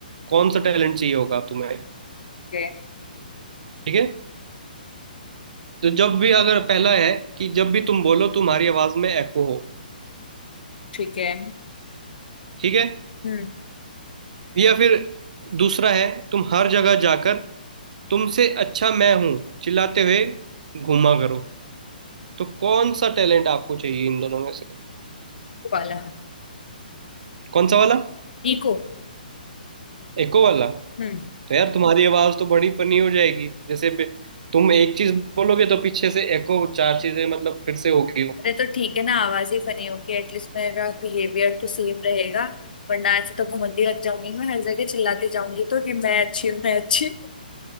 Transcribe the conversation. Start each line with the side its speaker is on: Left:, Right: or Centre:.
Right: कौन सा टैलेंट चाहिए होगा तुम्हें
Left: ठीक है
Right: ठीक है तो जब भी अगर पहला है कि जब भी तुम बोलो तुम्हारी आवाज में एको हो
Left: ठीक है
Right: ठीक है
Left: हम्म
Right: या फिर दूसरा है तुम हर जगह जाकर तुमसे अच्छा मैं हूं चिल्लाते हुए घूमा करो तो कौन सा टैलेंट आपको चाहिए इन दोनों में से
Left: वाला
Right: कौन सा वाला
Left: इको
Right: एको वाला तो
Left: हम्म
Right: यार तुम्हारी आवाज तो बड़ी फनी हो जाएगी जैसे बे- तुम एक चीज बोलोगे तो पीछे से एको चार चीजें मतलब फिर से होगी
Left: अरे तो ठीक है ना आवाज ही फनी होगी एटलीस्ट मेरा बिहेवियर तो सेम रहेगा वरना ऐसे तो घमंडी लग जाऊंगी मैं हर जगह चिल्लाती जाऊंगी तो कि मैं अच्छी हूँ मैं अच्छी हूँ।